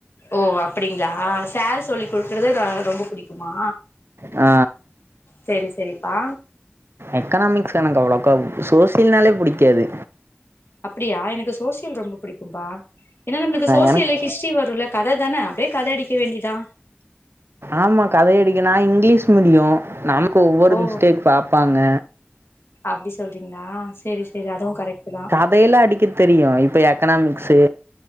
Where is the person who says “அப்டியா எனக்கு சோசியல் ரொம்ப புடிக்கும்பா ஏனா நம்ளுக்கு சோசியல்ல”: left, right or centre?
Left